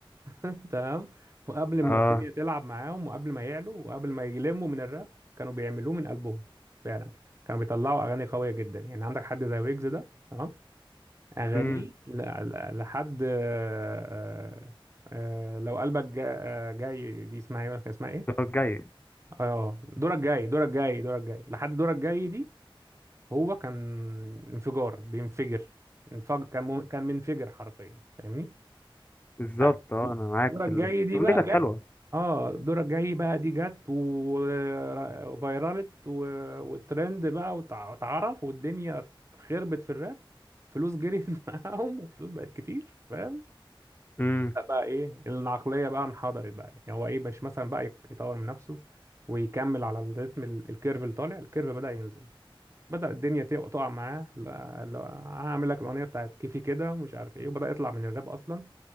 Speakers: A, on the right (about 30°); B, on the left (about 20°).
A: <laughs> تمام وقبل
B: اه
A: ما الدنيا تلعب معاهم وقبل ما يعلوا وقبل ما يلموا من الراب كانوا بيعملوه من قلبهم فعلا كانوا بيطلعوا أغاني قوية جدا يعني عندك حد زي ويجز ده تمام أغانيه
B: امم
A: ل- ل- لحد آه، آه، آه، لو قلبك جا- آه، جاي دي اسمها ايه كان اسمها ايه
B: الجاي
A: اه دورك جاي دورك جاي دورك جاي لحد دورك جاي دي هو كان انفجار بينفجر انفجر كان مو- كان منفجر حرفيا فاهمني
B: بالظبط
A: أ-
B: اه انا معاك
A: دورك
B: في ال...
A: جاي
B: بس
A: دي
B: الأغنية
A: بقى
B: دي كانت
A: جت
B: حلوه
A: اه دورك جاي بقى دي جت و- وفيرالت و... والترند بقى وتع- واتعرف والدنيا خربت في الراب فلوس جريت <laughs> معاهم وفلوس بقت كتير فاهم
B: امم
A: بقى ايه العقليه بقى انحدرت بقى يعني هو ايه مش مثلا بقى يك- يطور من نفسه ويكمل على الريتم ال- الكيرف اللي طالع الكيرف بدا ينزل بدا الدنيا تق- تقع معاه لا لا هعمل لك الاغنيه بتاعت كيفي كده ومش عارف ايه وبدا يطلع من الراب اصلا